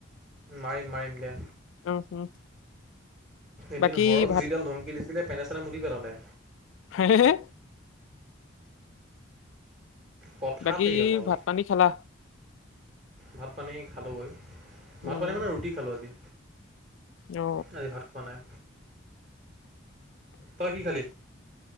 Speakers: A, on the right; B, on the left.
A: মাৰিম মাৰিম দে।
B: উম উম
A: এদিন
B: বাকী
A: হৰক
B: ভাত
A: যিডাল ধমকি দিছিলে পেনে চেনে মুতি পেলালে।
B: হেহে য়ে
A: কথাতেই
B: বাকী
A: অকল
B: ভাত পানী খালা?
A: ভাত পানী খালোঁগৈ, ভাত
B: উম
A: পানী মানে ৰুটি খালোঁ আজি।
B: অ।
A: আজি ভাত খোৱা নাই, তই কি খালি?